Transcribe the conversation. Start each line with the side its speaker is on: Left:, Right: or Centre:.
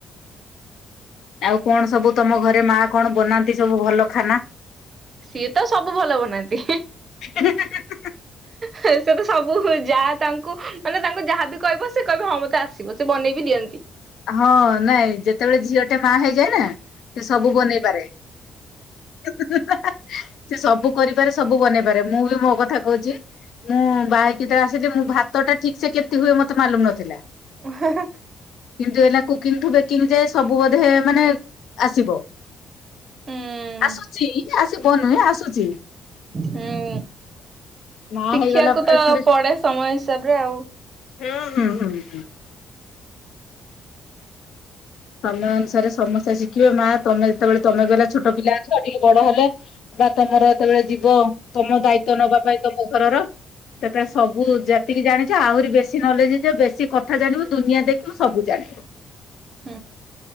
Left: ଆଉ କଣ ସବୁ ତମ ଘରେ ମାଆ କଣ ବନାନ୍ତି ସବୁ ଭଲ ଖାନା?
Right: ସିଏ ତ ସବୁ ଭଲ ବନାନ୍ତି।
Left: ହି ହି ହିଆ।
Right: ସେ ତ ସବୁ ଯାହା ତାଙ୍କୁ ମାନେ ତାଙ୍କୁ ଯାହାବି କହିବ ସେ କହିବ ହଁ ମତେ ଆସିବ ସେ ବନେଇବି ଦିଅନ୍ତି।
Left: ହଁ ନାଇଁ ଯେତେବେଳେ ଝିଅଟେ ମା ହେଇଯାଏ ନାଁ। ସେ ସବୁ ବନେଇପାରେ। ସେ ସବୁ କରିପାରେ ସବୁ ବନେଇ ପାରେ ମୁଁ ବି ମୋ କଥା କହୁଛି ମୁଁ ବାହା ହେଇକି ତ ଆସିଲି ମୁ ଭାତ ଟା ଠିକ ସେ କେମତି ହୁଏ ମତେ ମାଲୁମ ନଥିଲା।
Right: <unintelligible>
Left: କିନ୍ତୁ ଏନା କୁକିଂଠୁବେକିଂ ଯାଏ ସବୁ ବୋଧେ ମାନେ ଆସିବ।
Right: ହୁଁ
Left: ଆସୁଛି ଆସୁ ତନୁ ଆସୁଛି।
Right: ହୁଁ।
Left: ମା
Right: ଶିଖିବାକୁ
Left: ହେଇଗଲା ପରେ
Right: ତ
Left: ଥରେ
Right: ପଡେ ସମୟ ହିସାବରେ ଆଉ।
Left: ହୁଁ ହୁଁ ହୁଁ ହୁଁ। ସମୟ ଅନୁସାରେ ସମସ୍ତେ ଶିଖିବେ ମା ତମେ ଯେତେବେଳେ ତମେ ଗଲେ ଛୋଟ ପିଲା ଅଛ ଟିକେ ବଡ ହେଲେ ବା ତମର ଯେତେବେଳେ ଯିବ ତମ ଦାୟିତ୍ଵ ନବା ପାଇଁ ତମ ଘରର ସେତେବେଳେ ସବୁ ଯେତିକି ଜାଣିଛ ଆହୁରି ବେଶୀ ନଲେଜ ହେଇଯ ବେଶୀ କଥା ଜାଣିବୁ ଦୁନିଆ ଦେଖିବୁ ସବୁ ଜାଣିବୁ।
Right: <inaudible>